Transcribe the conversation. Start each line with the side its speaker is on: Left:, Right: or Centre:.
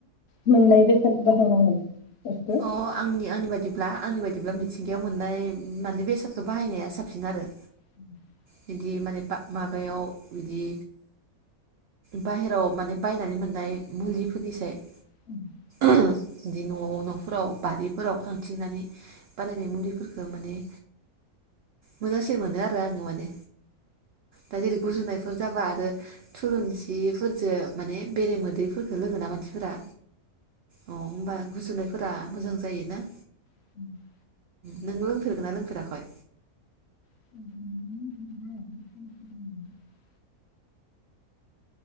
Left: मोननाय बेसाद बाहायनांगोन। बेखौ
Right: अ आंनि आंनि बादि ब्ला आंनि बायदिब्ला मिथिंगायाव मोननाय माने बेसादखो बाहायनाया साबसिन आरो।
Left: <inaudible>
Right: बिदि माने बा माबायाव बिदि बाहेराव माने बायनानै मोननाय मुलिफोरनिसाय।
Left: <inaudible>
Right: ओह बिदि न' न'फोराव बारिफोराव खांथिंनानै बानायनाय मुलिफोरखो माने मोजांसिन मोनो आरो आङो माने दा जेरै गुजुनायफोर जाबा आरो थुलुंसिफोरजो माने बेरे मोदैफोरफोरखो लोङोना मानसिफोरा। अ होमबा गुजुनायफोरा मोजां जायो ना?
Left: <inaudible>
Right: नों लोंफेरगोना लोंफेराखय?
Left: <inaudible>